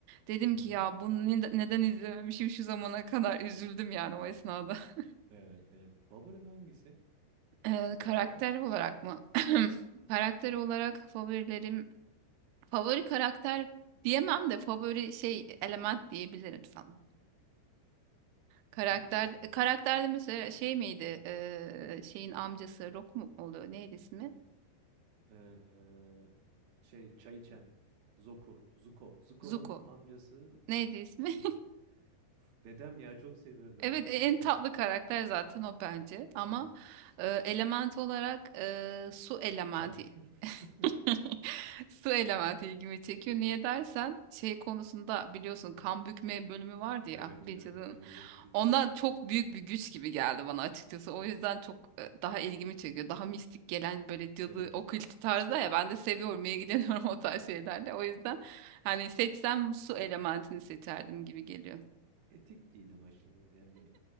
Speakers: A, on the right; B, on the right.
A: Dedim
B: Hı
A: ki ya
B: hı.
A: bunu ne- neden izlememişim şu zamana kadar üzüldüm yani o esnada. <laughs>
B: Evet evet. Favorin hangisi?
A: E,
B: karakter.
A: karakter olarak mı? <clears throat> Karakter olarak favorilerim favori karakter diyemem de favori şey element diyebilirim sana. Karakter
B: Hangisi mesela?
A: e, karakterde mesela şey miydi? Ee, şeyin amcası Roku mu oluyor? Neydi ismi?
B: Ee, şey çay içen. Zoku. Zuko. Zuko'nun
A: Zuko.
B: amcası.
A: Neydi ismi?
B: Zu-
A: <laughs>
B: Uf, Dedem ya çok seviyorum ben.
A: Evet
B: onu. Tam
A: e, en
B: böyle.
A: tatlı karakter zaten o bence
B: Evet
A: ama
B: evet.
A: e, element olarak e, su elementi
B: Çay. <laughs>
A: <laughs> Su elementi ilgimi çekiyor. Niye dersen şey konusunda biliyorsun kan bükme bölümü vardı ya
B: Evet
A: bir
B: evet
A: cadının.
B: evet evet. Üf.
A: Ondan çok büyük bir güç gibi geldi bana açıkçası. O yüzden çok e, daha ilgimi çekiyor. Daha mistik gelen böyle cadı
B: Evet.
A: okült tarzda ya ben de seviyorum ilgileniyorum <laughs> o tarz şeylerle. O yüzden hani seçsem su elementini seçerdim gibi geliyor. <laughs>
B: Etik değil ama şimdi yani.